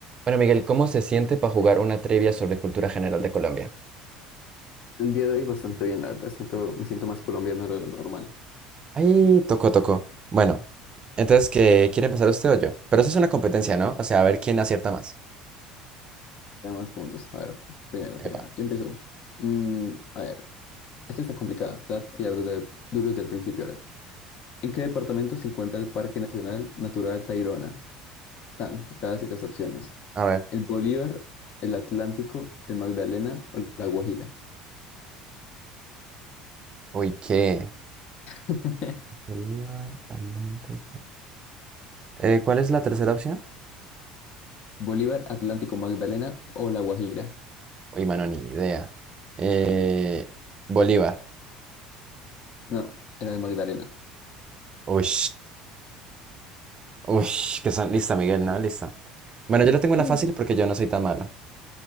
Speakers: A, on the right (about 35°); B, on the left (about 55°).
A: Bueno, Miguel, ¿cómo se siente para jugar una trivia sobre cultura general de Colombia?
B: El día de hoy bastante bien, la verdad. Siento, me siento más colombiano de lo normal.
A: Ahí, tocó, tocó. Bueno, entonces, ¿qué quiere empezar usted o yo? Pero eso es una competencia, ¿no? O sea, a ver quién acierta más.
B: Ya más puntos. A ver, primero, primero.
A: Epa,
B: Yo empiezo. Mm, a ver, esto está complicado. Se va a tirar duro, de- duro desde el principio. A ver. ¿En qué departamento se encuentra el Parque Nacional Natural Tayrona? Tan, te voy a decir las opciones.
A: a ver.
B: ¿El Bolívar, el Atlántico, el Magdalena o la Guajira?
A: Uy, ¿qué?
B: <laughs>
A: Bolívar, Andante. Eh, ¿cuál es la tercera opción?
B: Bolívar, Atlántico, Magdalena o la Guajira.
A: Uy, mano, ni idea. Eh, Bolívar.
B: No, era el Magdalena.
A: Uy, uy, que son... Lista, Miguel, ¿no? Lista. Bueno, yo le tengo una
B: Mm.
A: fácil porque yo no soy tan malo.